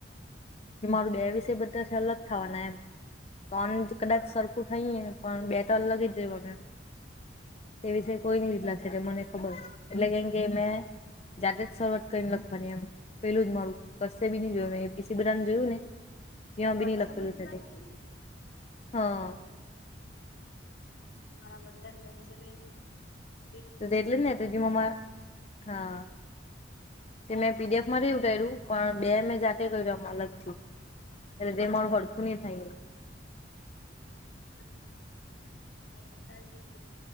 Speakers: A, on the left (about 35°); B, on the left (about 85°).
A: હમ મારું બે વિષ બધા છે અલગ થવાના એમ. તોન
B: હા
A: કદાચ સરખું થઈને પણ બે તો અલ લગી જુંને. તે
B: હા
A: વિશે
B: હા
A: કોઈ
B: હા
A: નઈ વિલાાગશે મને ખબર એટલે કેમ કે મેં. જાતે જ શરૂઆત કરીને લખવાની એમ પેલું જ મારું બસે બી ન જોય મે પીસી બધાને જોયું ને. ત
B: સોની
A: બી નહી લખેલું
B: સમજ ની
A: છે
B: વાત
A: તે
B: કરી
A: હા
B: મારા બા ફ્રેન્ છે મે <unintelligible>
A: દ એટલે ને તો મ હા. તે મેં પીડીએફ માં રહી ઉઠારી્યું પણ બે મેં જાતે કર્યુંમ અલગથી. એ રેમળ
B: લખી
A: ઘડક ન થાય.
B: બ બધાું